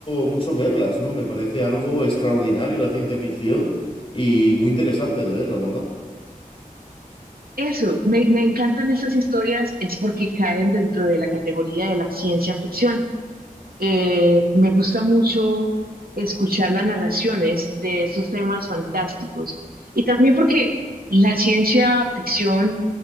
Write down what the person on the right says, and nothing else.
Eso, me, me encantan estas historias, es porque caen dentro de la categoría de la ciencia ficción. Eh, me gusta mucho escuchar las narraciones de estos temas fantásticos y también porque la ciencia ficción